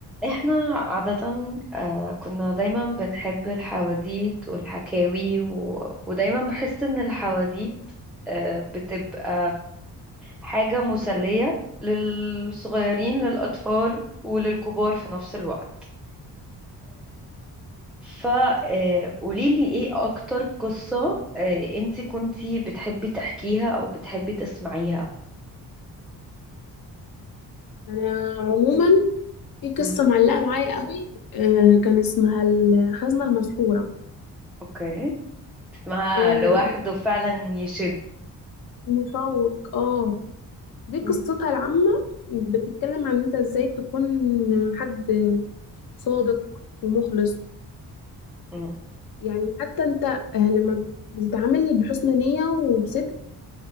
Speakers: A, in the centre; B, on the left (about 55°).
A: احنا عادة آه، كنا دايما بنحب الحواديد والحكاوي و... ودايما بحس ان الحواديد آه، بتبقى حاجة مسلية للصغيرين للأطفال وللكبار في نفس الوقت فقوليلي ايه اكتر قصة آه، انتي كنتي بتحبي تحكيها او بتحبي تسمعيها
B: انا عموما في قصه
A: مم.
B: معلقه معايا قوي آه كان اسمها الخزنه المسحوره
A: اوكي اسمها
B: آه
A: لوحده فعلا يشد
B: مشوق اه دي قصتها
A: مم.
B: العامه بتتكلم عن انت ازاي تكون حد صادق ومخلص
A: مم.
B: يعني حتى انت آه لما بتتعامل بحسن نيه وبصدق